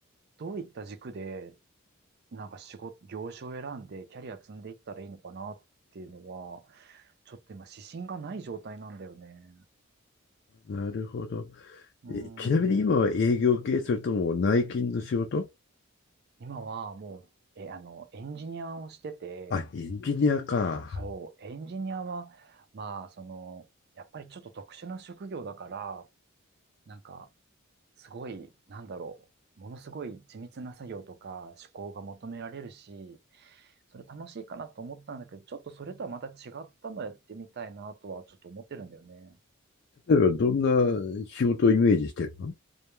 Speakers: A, on the right (about 50°); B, on the left (about 50°).
A: どういった軸で、なんか仕事、業種を選んでキャリア積んでいったらいいのかなっていうのは、ちょっと今指針がない状態なんだよね。
B: あ、なるほど。
A: うん。
B: えちなみに今は営業系、それとも内勤の仕事
A: 今はもう、え、あの、エンジニアをしてて、
B: あ、エンジニアか。
A: そう、エンジニアは、まあ、その、やっぱりちょっと特殊な職業だから、なんか、すごい、なんだろう、ものすごい緻密な作業とか思考が求められるし、それ楽しいかなと思ったんだけど、ちょっとそれとはまた違ったのやってみたいなとはちょっと思ってるんだよね。
B: 例えば、どんな仕事をイメージしてるの